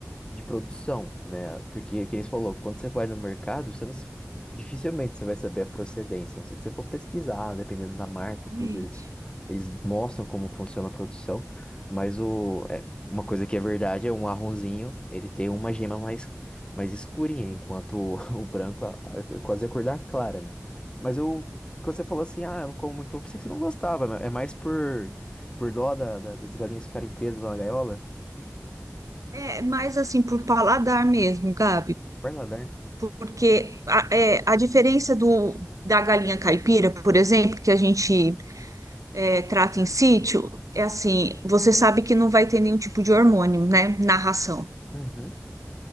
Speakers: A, on the left; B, on the right.
A: de produção, né? Porque, que eles falou, quando você vai no mercado, você não, s- dificilmente você vai saber a procedência, a não ser que você for pesquisar, dependendo da marca
B: Exatamente.
A: e tudo, eles, eles mostram como funciona a produção, mas o, é, uma coisa que é verdade é um marronzinho, ele tem uma gema mais, mais escurinha, enquanto o, <laughs> o branco a- a- é quase a cor da clara, né? Mas eu, quando você falou assim, ah, eu não como muito ovo, pensei que você não gostava, mas é mais por, por dó da, da- das galinhas ficarem presas lá na gaiola,
B: É mais assim por paladar mesmo, Gabi,
A: Para nadar.
B: porque a, é, a diferença do da galinha caipira, por exemplo, que a gente é, trata em sítio, é assim, você sabe que não vai ter nenhum tipo de hormônio, né, na ração.
A: Uhum.